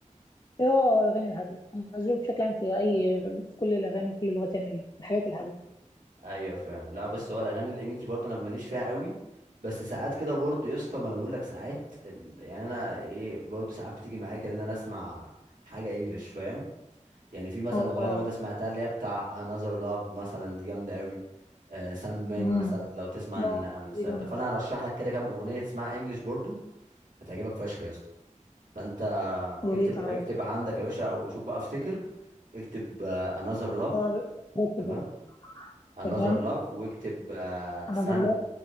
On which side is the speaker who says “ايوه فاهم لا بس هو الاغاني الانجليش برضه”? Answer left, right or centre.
Right